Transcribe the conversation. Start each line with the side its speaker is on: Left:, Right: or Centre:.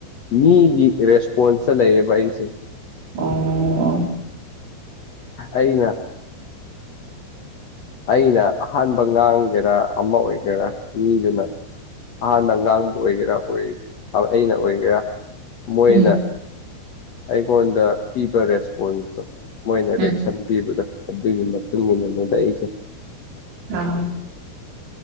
Left: ꯃꯤꯒꯤ ꯔꯦꯁꯄꯣꯟꯁꯇ ꯂꯩꯌꯦꯕ ꯑꯩꯁꯦ
Right: ꯑꯣ
Left: ꯑꯩꯅ ꯑꯩꯅ ꯑꯍꯥꯟꯕ ꯉꯥꯡꯒꯦꯔꯥ ꯑꯃ ꯑꯣꯏꯒꯦꯔꯥ ꯃꯤꯗꯨꯅ ꯑꯍꯥꯟꯅ ꯉꯥꯡꯕ ꯑꯣꯏꯒꯦꯔꯥ ꯑꯣꯏ ꯑꯩꯅ ꯑꯣꯏꯒꯦꯔꯥ ꯃꯣꯏꯅ
Right: ꯎꯝ
Left: ꯑꯩꯉꯣꯟꯗ ꯄꯤꯕ ꯔꯦꯁꯄꯣꯟꯁꯇꯣ ꯃꯣꯏꯅ
Right: ꯎꯝ
Left: ꯔꯦꯛꯁꯟ ꯄꯤꯕꯗꯣ ꯑꯗꯨꯒꯤ ꯃꯇꯨꯡꯉꯣꯟꯗ ꯑꯩ
Right: ꯑꯥ